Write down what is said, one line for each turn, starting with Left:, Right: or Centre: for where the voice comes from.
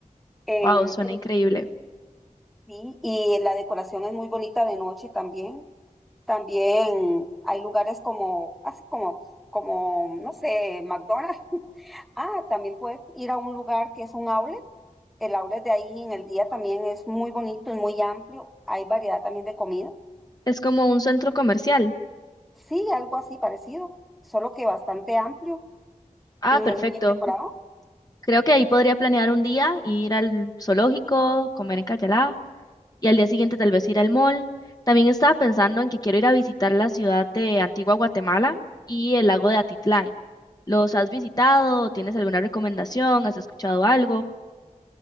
Centre: En,
Left: Wow, suena increíble.
Centre: Sí, y la decoración es muy bonita de noche también. También hay lugares como, así como, como, no sé, McDonald's. <laughs> Ah, también puedes ir a un lugar que es un outlet. El outlet de ahí en el día también es muy bonito y muy amplio. Hay variedad también de comida.
Left: Es como un centro comercial.
Centre: Sí, algo así parecido, solo que bastante amplio
Left: Ah,
Centre: y
Left: perfecto.
Centre: muy bien decorado.
Left: Creo que ahí podría planear un día, ir al zoológico, comer en Cayalá y al día siguiente tal vez ir al mall. También estaba pensando en que quiero ir a visitar la ciudad de Antigua Guatemala y el lago de Atitlán. ¿Los has visitado? ¿Tienes alguna recomendación? ¿Has escuchado algo?